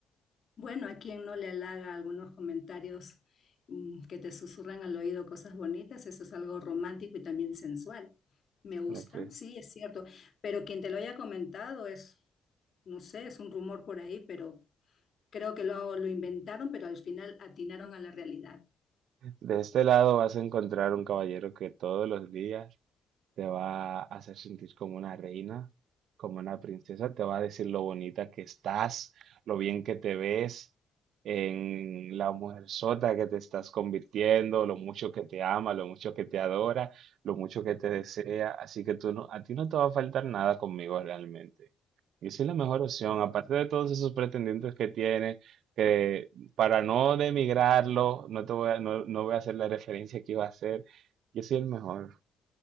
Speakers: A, on the left; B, on the right.
A: Bueno, a quien no le halaga algunos comentarios mm, que te susurran al oído cosas bonitas, eso es algo romántico y también sensual. Me gusta,
B: Bueno, pues
A: sí, es cierto, pero quien te lo haya comentado es, no sé, es un rumor por ahí, pero creo que lo, lo inventaron, pero al final atinaron a la realidad.
B: de este lado vas a encontrar un caballero que todos los días te va a hacer sentir como una reina, como una princesa, te va a decir lo bonita que estás, lo bien que te ves, en la mujer sota que te estás convirtiendo, lo mucho que te ama, lo mucho que te adora, lo mucho que te desea, así que tú no, a ti no te va a faltar nada conmigo realmente. Y soy la mejor opción, aparte de todos esos pretendientes que tiene, que para no demigrarlo, no te voy a, no, no voy a hacer la referencia que iba a hacer, yo soy el mejor.